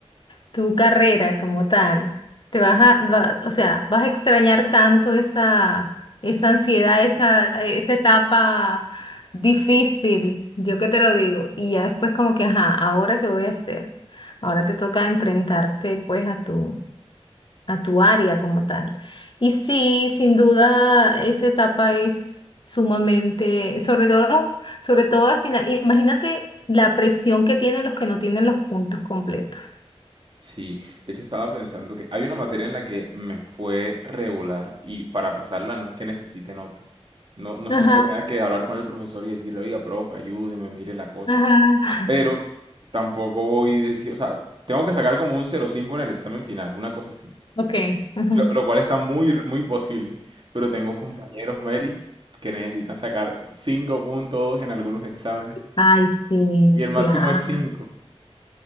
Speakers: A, on the left; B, on the right.
A: tu carrera como tal, te vas a, va- o sea, vas a extrañar tanto esa, esa ansiedad, esa, esa etapa difícil, yo que te lo digo, y ya después como que, ajá, ¿ahora qué voy a hacer? Ahora te toca enfrentarte pues a tu, a tu área como tal. Y sí, sin duda, esa etapa es sumamente, sobre todo, sobre todo al final, imagínate la presión que tienen los que no tienen los puntos completos.
B: Sí, de hecho estaba pensando que hay una materia en la que me fue regular y para pasarla no es que necesite nota. No, no
A: Ajá,
B: es como que tenga que hablar con el profesor y decirle, oiga, profe, ayúdeme, mire la cosa.
A: ajá. <laughs>
B: Pero tampoco voy a decir, o sea, tengo que sacar como un cero coma cinco en el examen final, una cosa así.
A: Ok.
B: Ok.
A: ujú.
B: Lo, lo cual está muy, r- muy posible. Pero tengo compañeros, Mary, que necesitan sacar cinco punto dos en algunos exámenes
A: Ay, sí,
B: y el máximo
A: claro.
B: es cinco,